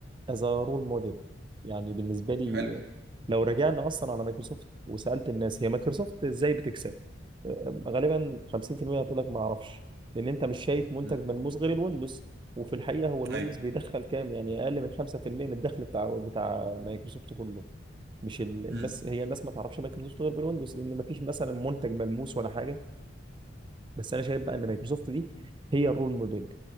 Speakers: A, on the right (about 25°); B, on the right (about 55°).
A: as a role model يعني بالنسبه لي
B: حلو
A: لو رجعنا اصلا على مايكروسوفت وسالت الناس هي مايكروسوفت ازاي بتكسب آه، غالبا 50% هتقول لك ما اعرفش لان انت مش شايف منتج
B: مم.
A: ملموس غير الويندوز وفي الحقيقه هو الويندوز
B: ايوه
A: بيدخل كام يعني اقل من 5% من الدخل بتاع بتاع مايكروسوفت كله مش ال... الناس
B: مم.
A: هي الناس ما تعرفش مايكروسوفت غير بالويندوز لان ما فيش مثلا منتج ملموس ولا حاجه بس انا شايف بقى ان مايكروسوفت دي هي الرول موديل